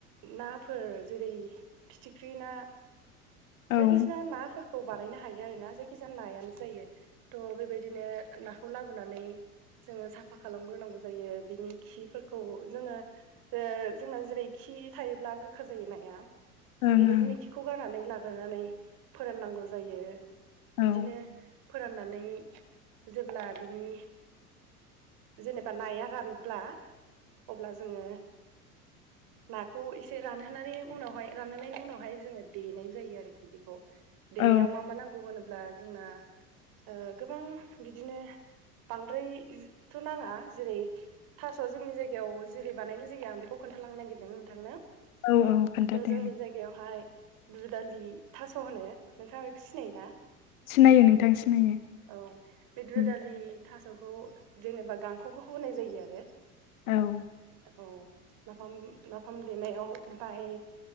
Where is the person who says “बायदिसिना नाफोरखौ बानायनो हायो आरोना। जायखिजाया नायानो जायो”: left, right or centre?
Right